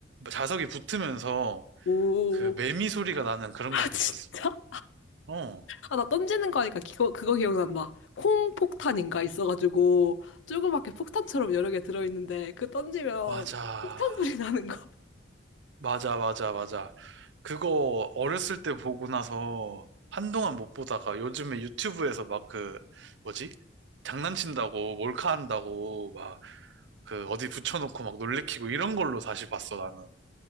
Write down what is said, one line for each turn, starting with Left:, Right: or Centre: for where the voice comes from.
Right: 자석이 붙으면서
Left: 오.
Right: 그 매미 소리가 나는 그런
Left: 아,
Right: 것도
Left: 진짜?
Right: 있었어. 어,
Left: 아, 나 던지는 거 하니까 그거, 그거 기억난다. 콩 폭탄인가 있어가지고, 조그맣게 폭탄처럼 여러 개 들어있는데, 그 던지면
Right: 맞아.
Left: 폭탄 소리 나는 거.
Right: 맞아, 맞아, 맞아. 그거 어렸을 때 보고 나서 한동안 못 보다가 요즘에 유튜브에서 막 그, 뭐지? 장난친다고, 몰카 한다고, 막, 그, 어디 붙여놓고 막 놀래키고 이런 걸로 다시 봤어, 나는.